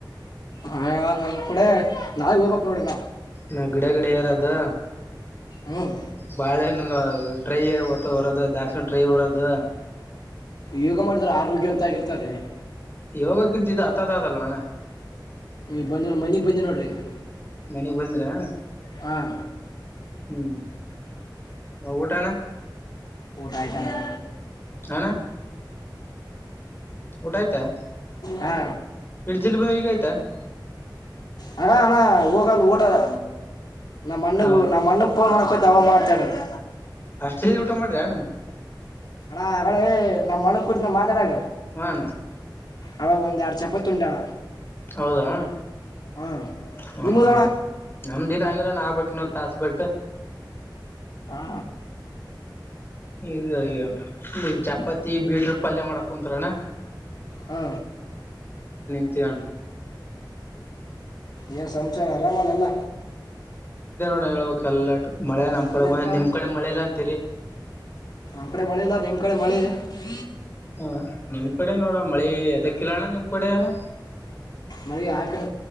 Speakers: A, on the left; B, on the left.
A: ಹ ನಮ್ ಕೂಡೆ ನಾಳಿಗ್ ಹೋಗ್ಬೇಕ್ ನೋಡ್ರಿ ನಾವ.
B: ನಾ ಗಿಡ ಗಿಡ ಎರದು.
A: ಹ್ಮ್
B: ಬಾಳೆಹಣ್ಣ ಅ ಟ್ರೈ ಹೊತ್ತು ಹೊರೋದು ದಾಕ್ಷಿಣ ಟ್ರೈ ಹೊರೋದು
A: ಯೋಗ ಮಾಡಿದ್ರ ಆರೋಗ್ಯ ಅಂತ ಆಗರ್ತಾರ ರಿ.
B: ಯೋಗಕ್ಕಿಂತ ಇ ಆತತ ತಾದಲ್ಲೊ ಅಣ್ಣ.
A: ಈಗ ಬಂದ ಮನಿಗ್ ಬಂದ ನೋಡ್ರಿ ಈಗ್.
B: ಮನೆಗ್ ಬಂದ್ರ.
A: ಹಂ
B: ಹ್ಮ್ ಊಟಾ ಅಣ್ಣಾ.
A: ಊಟ ಆಯ್ತಾ ಅಣ್ಣಾ.
B: ಹಾ ಅಣ್ಣ ಊಟ ಆಯ್ತಾ
A: ಹಾ
B: ಇಟ್ ಜಲ್ ಬಂದ್ರ ಈಗ ಆಯ್ತಾ. <unintelligible>
A: ಅಣ್ಣ ಅಣ್ಣಾ ಹೋಗಲ್ಲ ಊಟದ ನಮ್ಮಣ್ಣಗು
B: ಹ
A: ನಮ್ಮಣ್ಣ ಮ ಕೊ ಅವ ಮಾತಾಡದು
B: ಅಷ್ಟು ಹೇಳ ಊಟ ಮಾಡ್ರಿ ನೀವು
A: ಹಣ ಹಾಗ ನಮ್ಮ ಮಣ ಕುಡತ ಮಾತಾಡಾಗ
B: ಹಣ
A: ಅವಾಗ ಒಂದ್ ಎರಡ್ ಚಪತಿ ಉಂಡಣ
B: ಹೌದಾ
A: ಹಾ
B: ಹ
A: ನಿಮ್ಮದಣ
B: ಹಾ ನಮ ದಿನ ಆಗಿಲ್ಲ ಅಣ ಆಗ ಬೇಕು ಕನೋ ತಾಸ ಭಟ್ಟ
A: ಹಾ
B: ಈ ಈ ಚಪಾತಿ ಬೀಟ್ರರು ಪಲ್ಯ ಮಾಡಕ್ ಕುಂತರನಾ
A: ಹ್ಮ
B: ಮುತ್ತಣ
A: ಏನ್ ಸಂಚಾರ ಆರಾಮಾನಲ್ಲ
B: ಹೇಳ್ಬೇಕಕ್ ಎಲ್ಲಾಟು ಮಳೆ ನಮ್
A: ಹೆ
B: ಕಡೆ ಬಂದ
A: ಅ
B: ನಿಮ್ ಕಡೆ ಮಳೆ ಇಲ್ಲ ಅಂತೀರಿ
A: ಆಮ ಕಡೆ ಮಾಡಿಲ್ಲತ್ ನಿಮ ಕಡೆ ಮಾಡಿ ಹ್ಮ
B: ಹ ನಿಮ್ ಕಡೆ ನೋಡ ಮಳಿ ಎದಕ್ಕಿಲ್ಲಣ್ಣ ನಿಮ್ ಕಡೆ ಅನ
A: ಮಳೆ ಆಕಿನ